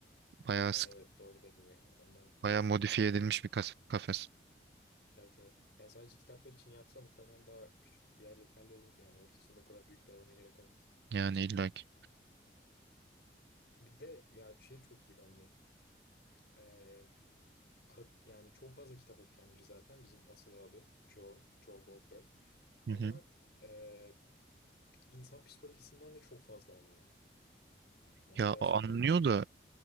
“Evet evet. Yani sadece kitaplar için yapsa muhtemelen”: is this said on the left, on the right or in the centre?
Left